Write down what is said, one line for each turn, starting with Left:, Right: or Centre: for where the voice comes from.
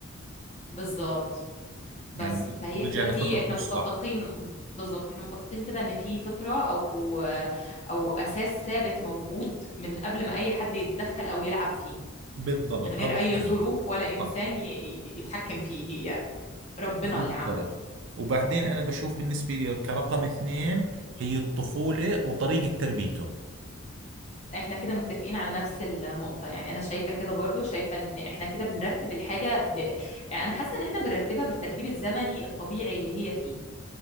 Left: بالظبط بس
Right: يعني
Left: فهي
Right: رجع
Left: كده
Right: لفطرته
Left: في احنا
Right: الصح
Left: متفقين بالظبط احنا متفقين كده ان في فطرة او او أو اساس ثابت موجود من قبل ما اي حد يتدخل او يلعب فيه
Right: بالضبط
Left: من غير
Right: هذا الطبيعي
Left: اي ظروف ولا انسان
Right: صح
Left: ي- يتحكم فيه هي ربنا
Right: بالضبط
Left: اللي عمله
Right: وبعدين أنا بشوف بالنسبة لي كرقم اثنين هي الطفولة وطريقة تربيته
Left: احنا كده متفقين على نفس النقطة يعني انا شايفة كده برضو شايفة ان احنا كده بنرتب الحاجة ب... انا حاسة ان احنا بنرتبها بالترتيب الزمني الطبيعي اللي هي فيه